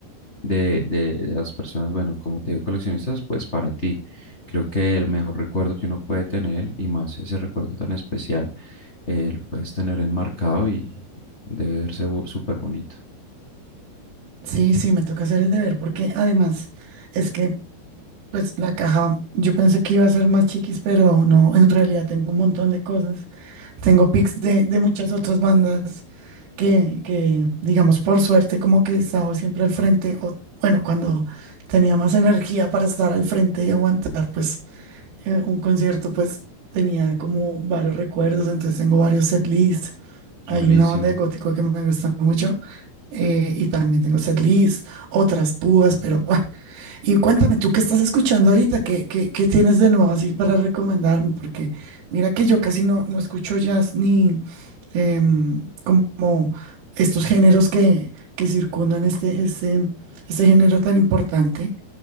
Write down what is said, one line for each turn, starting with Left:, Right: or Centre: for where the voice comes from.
Left: de, de, de las personas, bueno, como te digo, coleccionistas, pues para ti, creo que el mejor recuerdo que uno puede tener y más ese recuerdo tan especial, eh, lo puedes tener enmarcado y debe verse bu- súper bonito.
Right: Sí, sí, me toca hacer el deber, porque además es que pues la caja, yo pensé que iba a ser más chiquis, pero no, en realidad tengo un montón de cosas. Tengo pics de, de muchas otras bandas que, que, digamos, por suerte, como que he estado siempre al frente, o bueno, cuando tenía más energía para estar al frente y aguantar, pues eh, un concierto, pues tenía como varios recuerdos, entonces tengo varios setlists.
Left: Buenísimo.
Right: Hay una banda de gótico que me gusta mucho eh, y también tengo setlists, otras púas, pero <laughs> bueno. Y cuéntame, ¿tú qué estás escuchando ahorita? ¿Qué, qué, qué tienes de nuevo así para recomendarme? Porque mira que yo casi no, no escucho jazz ni em, como estos géneros que, que circundan este, este, este género tan importante